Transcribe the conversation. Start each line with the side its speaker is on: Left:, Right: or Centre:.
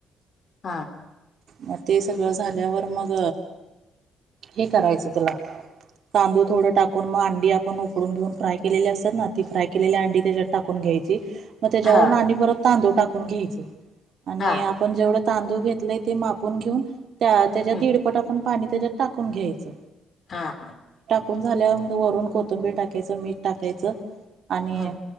Left: हा.
Right: मग ते सगळं झाल्यावर मग हे करायचं तुला. तांदूळ थोडं टाकून मग अंडी आपण उकडून घेऊन फ्राय केलेली असतात ना ती. फ्राय केलेली अंडी त्याच्यात टाकून घ्यायची मग त्याच्यावरून
Left: हा
Right: आणि बर तांदूळ टाकून घ्यायच. आणि
Left: हा
Right: आपण जेवढं तांदूळ घेतलाय ते मापून घेऊन त्या त्याच्या
Left: हम्म
Right: दीडपट आपण पाणी त्याच्यात टाकून घ्यायचं.
Left: हा हा.
Right: उकळून झाल्या म वरून कोथंबीर टाकायचं मीठ टाकायचं आणि.
Left: हम्म